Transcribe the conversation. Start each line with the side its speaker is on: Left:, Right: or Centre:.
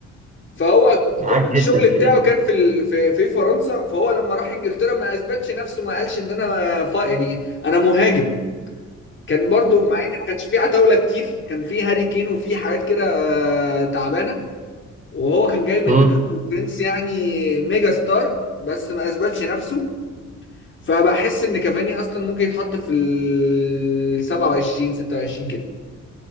Left: فهو
Right: معاك
Left: كل
Right: جدا
Left: الشغل بتاعه
Right: في دي
Left: كان في ال... في في فرنسا فهو لما راح انجلترا ما اثبتش نفسه ما قالش ان انا ف... يعني انا مهاجم كان برضو مع ان ما كانش فيه عتاوله كتير كان فيه هاري كين وفيه حاجات كده آه، تعبانه وهو كان جاي من
Right: امم
Left: دوري البرنس يعني ميجا ستار بس ما اثبتش نفسه فبحس ان كافاني اصلا ممكن يتحط في ال 27 26 كده